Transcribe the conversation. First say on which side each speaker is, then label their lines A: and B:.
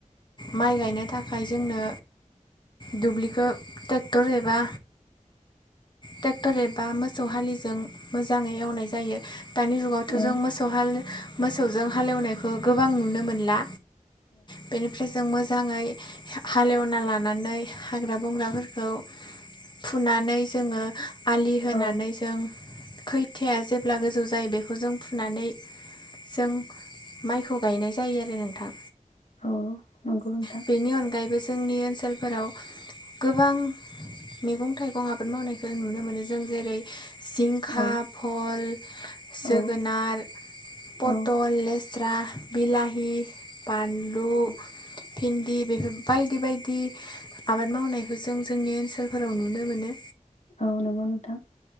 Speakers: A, on the left; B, on the left.
A: माइ गायनो थाखाय जोंनो दुब्लिखो ट्रेक्टर एबा टेक्टर एबा मोसौ हालिजों मोजाङै हेव नाय जायो दानि जुगावथ'
B: औ
A: जों मोसौ हाल मोसौजों हालेवनाय गोबां नुनो मोनला बेनिफ्राय जों मोजाङै हालेवना लानानै हाग्रा बंग्राफोरखौ फुनानै जोङो आलि होनानै
B: औ
A: जों खैथाया जेब्ला गोजौ जायो बेखौ जों फुनानै जों माइखौ गायनाय जायो आरो नोंथां।
B: औ। नंगौ नोंथां
A: बेनि अनगायैबो जोंनि ओनसोलफोराव गोबां मैगं-थाइगं आबाद मावनायखौ नुनो मोनो जों जेरै जिंखा
B: औ
A: भल जोगोनार
B: औ
A: पटल
B: औ
A: लेस स्रा बिलाहि, बानलु
B: <inaudible>
A: भिन्दि बेफोर बायदि बायदि आबाद मावनायखौ जों जोंनि ओनसोलफोराव नुनो मोनो।
B: औ नंगौ नोंथां।